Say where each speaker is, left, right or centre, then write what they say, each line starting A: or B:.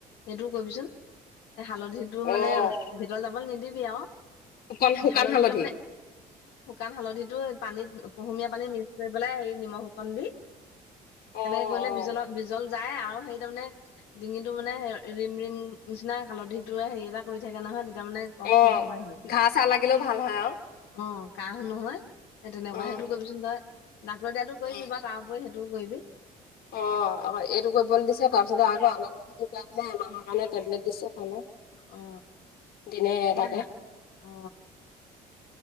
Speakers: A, on the left; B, on the left.
A: সেইটোও কৰিবিচোন এ হালধিটো মানে
B: অ',
A: ভিতৰত যাবলৈ নিদিবি আৰু।
B: শুকান শুকান
A: হালধিটো
B: হালধি?
A: মানে শুকান হালধিটো পানীত কুহুমীয়া পানীত মিক্স কৰি পেলাই হেই নিমখ অকণ দি।
B: অ',
A: তেনেকে কৰিলে
B: অ'।
A: বিজলত বিজল যায় আৰু হেই তাৰ মানে ডিঙিটো মানে হে ৰিম ৰিম নিচিনা হালধিটোৱে হেই এটা কৰি থাকে নহয়। তাৰ মানে কফটো
B: অ',
A: নহয় হেনো
B: ঘাঁ চাহ লাগিলেও ভাল হয় আৰু।
A: অ'। কাহঁ নহয় সেই তেনেকুৱা
B: অ'।
A: হেইটো কৰিবিচোন তই। ডাক্টয়ে দিয়াটো কৰিবি
B: অ'।
A: বাৰু তাৰ উপৰিও হেইটো টোও কৰিবি।
B: অ', আক' এইটো কৰিবলে দিছে, তাৰপিছতে আক' আগৰ কথাটো কোৱা কাৰণে, এমাহ কাৰণে টেবলেট দিছে। হ'লে
A: অ
B: দিনে এটাকে।
A: এই হা অ